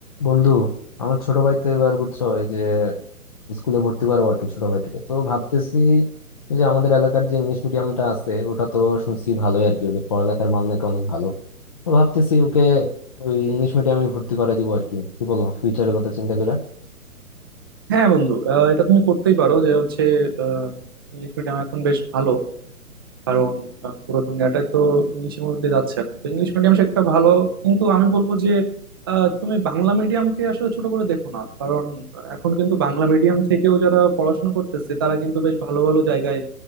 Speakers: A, on the left; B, on the right.
A: বন্ধু আমার ছোট ভাই তো এবার বুঝছো এই যে স্কুলে ভর্তি করাবো আর কি ছোট ভাইটাকে তো ভাবতেছি ওই যে আমাদের এলাকার যে ইংলিশ মিডিয়ামটা আছে ওটা তো শুনছি ভালোই আর কি ওদের পড়ালেখার মান নাকি অনেক ভালো তো ভাবতেছি ওকে ওই ইংলিশ মিডিয়ামে ভর্তি করে দিব আর কি কি বলো ফিউচারের কথা চিন্তা করে
B: হ্যাঁ বন্ধু আহ, এটা তুমি করতেই পারো যে হচ্ছে ইংলিশ মিডিয়াম এখন বেশ ভালো কারণ আহ, পুরো দুনিয়াটাই তো ইংলিশের মধ্যে দিয়ে যাচ্ছে এখন তো ইংলিশ মিডিয়াম সেটা ভালো কিন্তু আমি বলবো যে আহ, তুমি বাংলা মিডিয়ামকে আসলে ছোট করে দেখো না কারণ আহ, এখন কিন্তু বাংলা মিডিয়াম থেকেও যারা পড়াশোনা করতেছে তারা কিন্তু বেশ ভালো ভালো জায়গায়